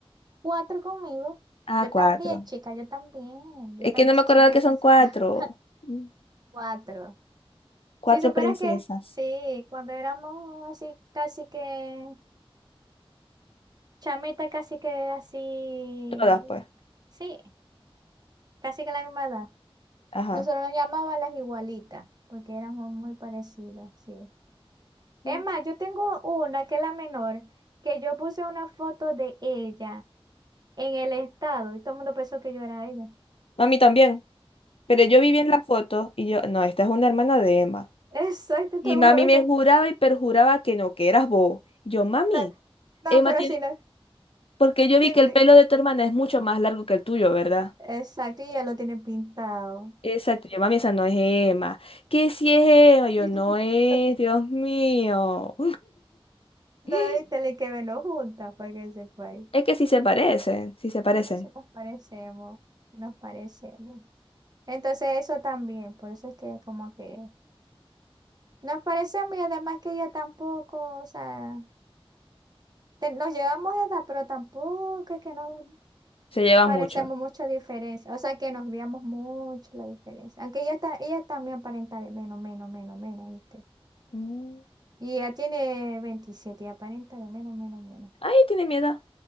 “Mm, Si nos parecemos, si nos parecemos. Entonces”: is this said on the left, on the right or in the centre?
Right